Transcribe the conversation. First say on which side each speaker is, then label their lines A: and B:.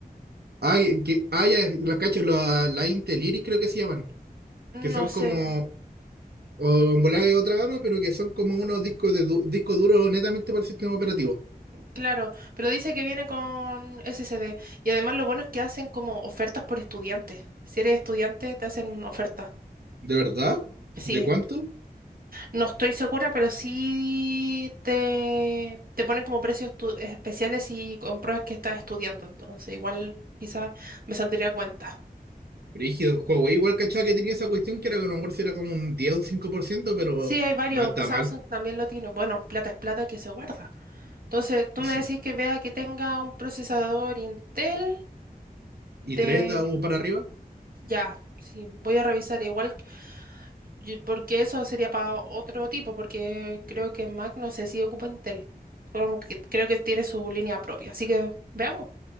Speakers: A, on the right; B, on the right.
A: Ah, y- que, ah, ya, las cachas, la, la Intel Iris creo que se llaman, que son
B: No
A: como,
B: sé,
A: o en volada de otra gama, pero que son como unos discos de du- disco duro netamente para el sistema operativo.
B: claro, pero dice que viene con SSD. Y además lo bueno es que hacen como ofertas por estudiantes. Si eres estudiante, te hacen ofertas.
A: ¿De verdad?
B: Sí.
A: ¿De cuánto?
B: No estoy segura, pero sí te, te ponen como precios tu- especiales y compruebas que estás estudiando, entonces igual quizás me saldría a cuenta.
A: Brígido, Huawei igual cachaba que tenía esa cuestión que era que a lo mejor si era como un 10 o un cinco por ciento pero
B: Sí, hay varios,
A: no está
B: Samsung
A: mal.
B: también lo tiene, bueno, plata es plata que se guarda. Entonces, tú me
A: Sí.
B: decís que vea que tenga un procesador Intel de...
A: ¿Y 3 da- o para arriba?
B: Ya, sí, voy a revisar igual, y- porque eso sería para otro tipo, porque creo que Mac no sé si ocupa Intel, como que- creo que tiene su línea propia, así que veamos.